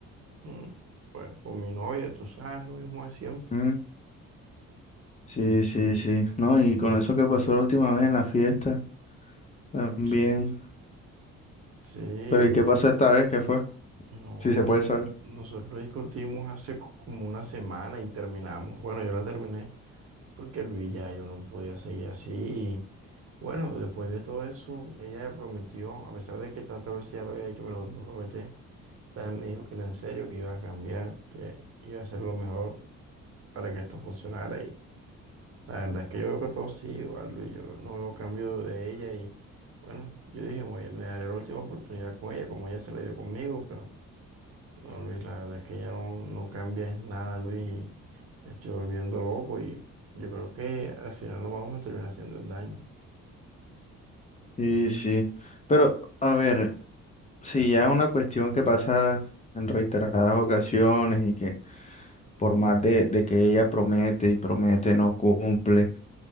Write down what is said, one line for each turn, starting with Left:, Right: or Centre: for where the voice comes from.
Right: Mm, Pues con mi novia, tú sabes, lo mismo de siempre.
Left: mm, sí, sí, sí. No, y con eso que pasó la última vez en la fiesta, también.
Right: Sí, sí,
Left: Pero ¿y qué pasó esta vez? ¿Qué fue?
Right: no,
Left: Sí, se puede
Right: n-
Left: saber.
Right: nosotros discutimos hace co- como una semana y terminamos. Bueno, yo la terminé porque Luis ya yo no podía seguir así. bueno, después de todo eso, ella me prometió, a pesar de que tantas veces ya lo había hecho, me lo, lo prometí. También me dijo que era en serio, que iba a cambiar, que iba a ser lo mejor. para que esto funcionara. Y la verdad es que yo veo que todo sigue igual, Luis. Yo no veo cambio de ella. Y bueno, yo dije, "Voy- me daré la última oportunidad con ella, como ella se la dio conmigo. Pero no, Luis, la verdad es que ella no, no cambia en nada, Luis. Y me estoy volviendo loco. Y yo creo que al final nos vamos a terminar haciendo el daño.
Left: Sí, sí. Pero, a ver, si ya es una cuestión que pasa en reiteradas ocasiones y que por más de, de que ella promete y promete, no cumple.